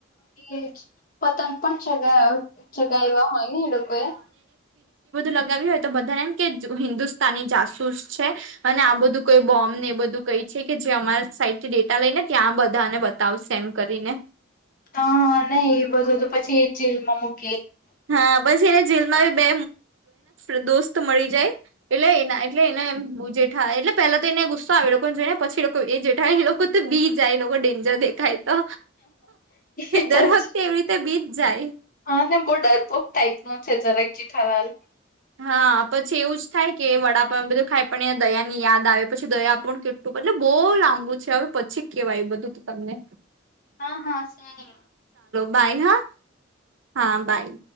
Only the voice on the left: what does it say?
એજ પતંગ પણ, ચગાયો જગ એવા હોયને, એ લોકો એ
હા, હા નહી. એ બધું તો પછી એ જેલમાં મુકી
એ
તો
જ
હા, ને બહુ ડરપોક ટાઈપ નો છે, જરાક જઠવાલ
હા, હા સેને